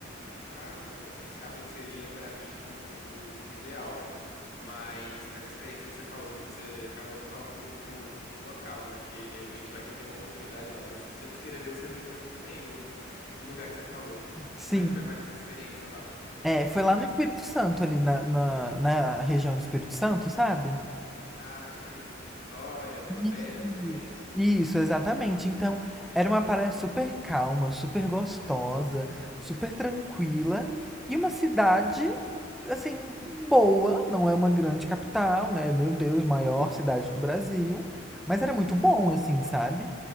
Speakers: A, on the left; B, in the centre.
A: Ah, não, assim, isso realmente seria para mim o mundo ideal. Mas nessa experiência que você falou, você, você acabou não falando o, o local, né? Porque de repente vai que eu tenho uma oportunidade lá. Você, você descreveu, você vendeu muito bem o, o lugar que você falou.
B: Sim.
A: Como é que foi mais essa experiência lá?
B: É, foi lá no Espírito Santo, ali na, na, na região do Espírito Santo, sabe?
A: Ah, tipo ali por Vitória, Vila
B: Isso,
A: Velha, mais ou menos?
B: Isso, exatamente. Então, era uma praia super calma, super gostosa, super tranquila e uma cidade, assim, boa. Não é uma grande capital, né? Meu Deus, maior cidade do Brasil. Mas era muito bom,
A: Aham.
B: assim, sabe?